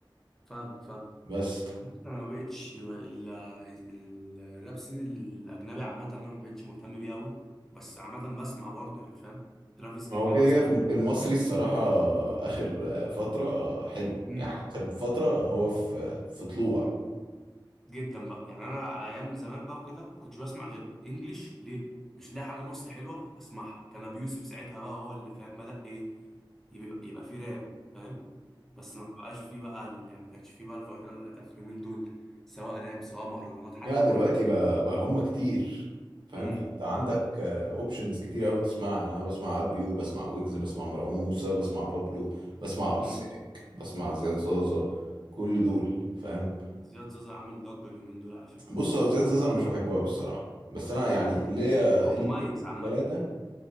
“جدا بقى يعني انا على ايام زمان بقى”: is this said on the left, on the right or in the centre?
Centre